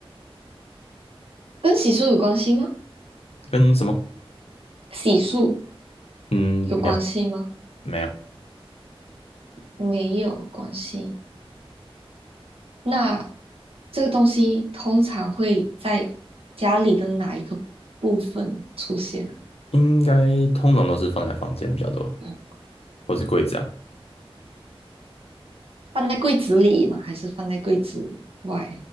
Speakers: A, on the right (about 70°); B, on the left (about 80°).
A: 跟洗漱有关系吗？
B: 跟什么？
A: 洗漱
B: 嗯，
A: 有关系吗？
B: 没有，没有，
A: 没有关系。那这个东西通常会在家里的哪一个部分出现啊
B: 应该通常都是放在房间比较多，
A: 嗯，
B: 或是柜子啊。
A: 放在柜子里吗？还是放在柜子外？